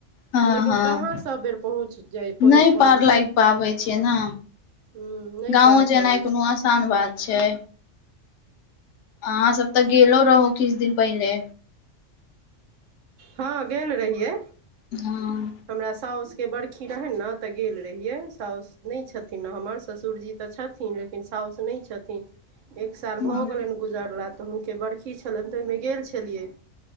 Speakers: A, on the left; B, on the right.
A: हँ
B: लेकिन
A: हँ
B: कहाँ सभ बेर पहुँच जाय पहुँच
A: नहि
B: पबै
A: पार
B: छै
A: लाग पाबै छैय न
B: हूँ नहि
A: गाँवो
B: पाबि
A: जेनाइ
B: पाबै
A: कोनो
B: छै
A: आसान बात छै अहाँ सब तऽ गेलो रहू किछु दिन पहिले
B: हँ गेल रहियै
A: हँ
B: हमरा साउस के बर्खी रहै ने तऽ गेल रहियै साउस नहि छथिन न हमर ससुरजी तऽ छथिन लेकिन सा साउस नहि छथिन एक साल
A: हँ
B: भऽ गेलन गुजरला तऽ हुनके बर्खी छलनि तऽ ओहिमे गेल छलियै